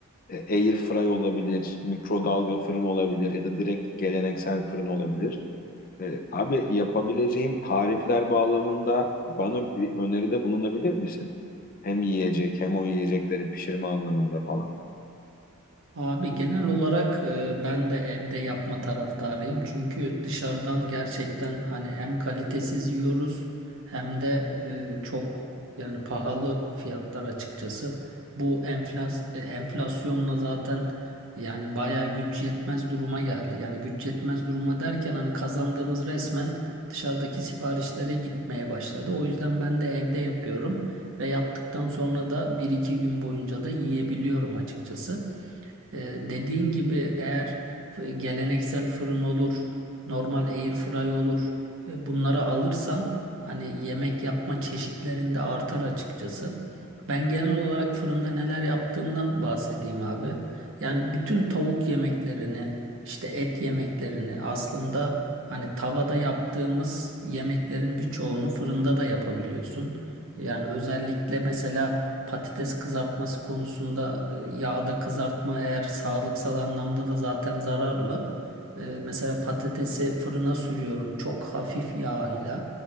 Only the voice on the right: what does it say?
Abi genel olarak e, ben de evde yapma taraftarıyım. Çünkü dışarıdan gerçekten hani hem kalitesiz yiyoruz hem de e, çok yani pahalı fiyatlar açıkçası. Bu enflas e, enflasyonla zaten yani bayağı güç yetmez duruma geldi. Yani güç yetmez duruma derken hani kazandığımız resmen dışarıdaki siparişlere gitmeye başladı. O yüzden ben de evde yapıyorum ve yaptıktan sonra da bir iki gün boyunca da yiyebiliyorum açıkçası. E, dediğin gibi eğer f- geleneksel fırın olur, normal air fry olur, e, bunları alırsan hani yemek yapma çeşitlerinde artar açıkçası. Ben genel olarak fırında neler yaptığımdan bahsedeyim abi. Yani bütün tavuk yemeklerini, işte et yemeklerini aslında hani tavada yaptığımız yemeklerin birçoğunu fırında da yapabiliyorsun. Yani özellikle mesela Patates kızartması konusunda e, yağda kızartma eğer sağlıksal anlamda da zaten zararlı. E, Mesela patatesi fırına sürüyorum çok hafif yağ ile.